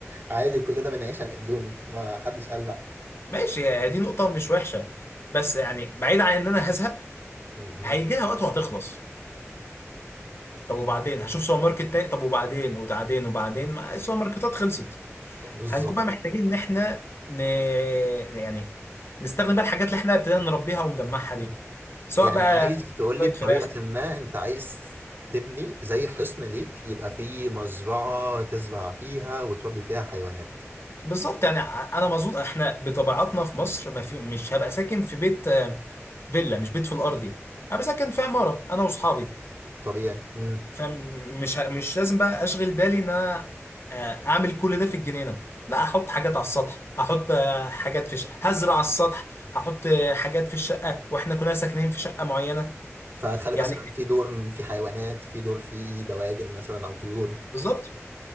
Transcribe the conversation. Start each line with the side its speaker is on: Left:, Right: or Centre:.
Right: عادي كلنا بنعيش على الاندومي ما حدش قال لا
Left: ماشي هي دي نقطه مش وحشه بس يعني بعيد عن ان انا هزهق
Right: مهم.
Left: هيجيها وقت وهتخلص طب وبعدين هشوف سوبر ماركت تاني طب وبعدين وبعدين وبعدين ما السوبر ماركتات خلصت
Right: بالظبط
Left: هنكون بقى محتاجين ان احنا ن... يعني نستخدم بقى الحاجات اللي احنا ابتدينا نربيها ونجمعها دي سواء
Right: يعني
Left: بقى
Right: عايز تقول لي
Left: شويه
Right: بطريقة
Left: فراخ
Right: ما انت عايز تبني زي حصن ليك يبقى فيه مزرعة تزرع فيها وتربي فيها حيوانات
Left: بالظبط يعني ع- انا ما اظن احنا بطبيعتنا في مصر ما في مش هبقى ساكن في بيت آه، فيلا مش بيت في الارضي هبقى ساكن في عماره انا واصحابي
Right: طبيعي امم
Left: فمش ه- مش لازم بقى اشغل بالي ان انا آه، اعمل كل ده في الجنينه لا هحط حاجات على السطح هحط آه، حاجات في ش... هزرع على السطح هحط آه، حاجات في الشقه واحنا كلنا ساكنين في شقه معينه
Right: فهتخلي
Left: يعني
Right: مثلا في دور في حيوانات في دور في دواجن مثلا او طيور
Left: بالظبط